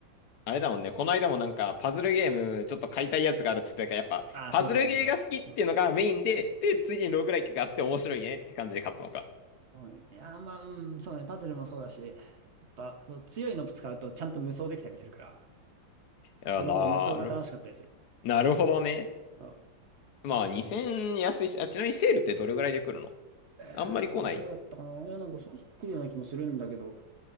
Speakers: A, on the left (about 60°); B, on the right (about 65°).
A: あ、あれだもんね。この間もなんか、パズルゲーム、ちょっと買いたいやつがあるって言ってたから、やっぱ、
B: ああ、
A: パズルゲーが好きっていうのがメインで、
B: そうそうそうそう。うん
A: で、次にローグライクがあって面白いねって感じで買ったのか。
B: そうね、いや、まあ、うん、そうね、パズルもそうだし、やっぱ、そう強いの使うとちゃんと無双できたりするから、
A: いや、
B: そのもう無双が楽しかったりする。
A: なる、なるほどね。
B: うん
A: まあ、2000円安いし、あ、ちなみにセールってどれぐらいで来るの
B: えー、
A: あんまり来ない
B: どうだったかないや、なんかそうそっくりような気もするんだけど、